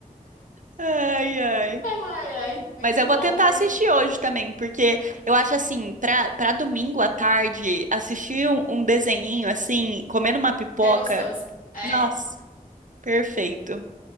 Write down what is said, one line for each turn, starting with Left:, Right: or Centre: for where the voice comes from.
Right: Ai, ai.
Left: Ai, ai, muito
Right: Mas eu
Left: bom,
Right: vou tentar
Left: mas
Right: assistir hoje também, porque eu acho assim, pra, pra domingo à tarde, assistir um, um desenhinho assim, comendo uma pipoca.
Left: é gostoso. É.
Right: Nossa, perfeito.